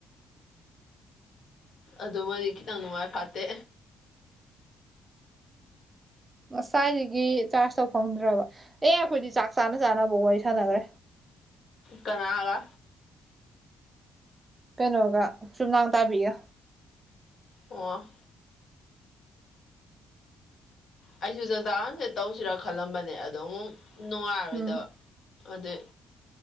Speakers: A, on the left; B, on the right.
A: ꯑꯗꯨꯃꯗꯤ ꯈꯤꯇꯪ ꯅꯨꯡꯉꯥꯏ ꯐꯥꯠꯇꯦ
B: ꯉꯁꯥꯏꯗꯒꯤ ꯆꯥꯔꯖ ꯇꯧ ꯐꯪꯗ꯭ꯔꯕ ꯑꯦ ꯑꯩꯈꯣꯏꯗꯤ ꯆꯥꯛ ꯆꯥꯅ ꯆꯥꯅꯕ ꯋꯥꯔꯤ ꯁꯥꯟꯅꯈ꯭ꯔꯦ
A: ꯀꯅꯥꯒ
B: ꯀꯩꯅꯣꯒ ꯆꯨꯝꯅꯥꯡ ꯇꯥꯕꯤꯒ
A: ꯑꯣ ꯑꯩꯁꯨ ꯖꯥꯖꯥꯟꯁꯦ ꯇꯧꯁꯤꯔꯥ ꯈꯜꯂꯝꯕꯅꯦ ꯑꯗꯣ ꯑꯃꯨꯛ ꯅꯨꯡꯉꯥꯏꯔꯣꯏꯗꯕ
B: ꯎꯝ
A: ꯑꯗꯨ